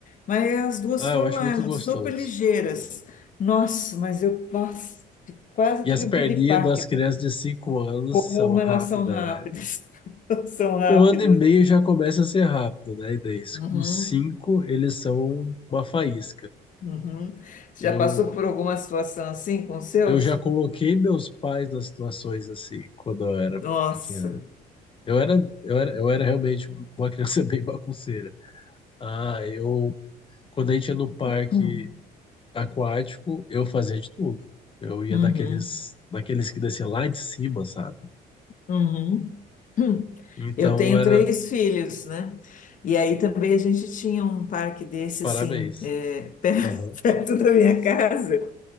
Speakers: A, on the left; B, on the left.
A: Mas as duas
B: Ah,
A: foram
B: eu acho
A: lá,
B: muito gostoso.
A: super ligeiras. Nossa, mas eu, nossa, quase
B: E
A: tive
B: as perninhas
A: um piripaque.
B: das crianças de 5 anos
A: Como
B: são rápidas,
A: elas são rápidas,
B: né?
A: <laughs> elas são rápidas.
B: Com um ano e meio já começa a ser rápido, né? E daí,
A: Uhum,
B: com 5 eles são uma faísca.
A: uhum. Você
B: Eu,
A: Já passou por alguma situação assim com os seus?
B: eu já coloquei meus pais nas situações assim, quando eu era
A: Nossa.
B: pequeno. Eu era, eu era, eu era realmente uma criança <laughs> bem bagunceira. Ah, eu, quando a gente ia no parque
A: Hum,
B: aquático, eu fazia de tudo. Eu ia
A: Uhum,
B: naqueles, naqueles que descia lá de cima, sabe?
A: uhum, hum.
B: Então
A: Eu tenho
B: era,
A: três filhos, né? E aí também a gente tinha um parque desse
B: parabéns.
A: assim, é, <laughs> perto
B: Aham.
A: perto da minha casa.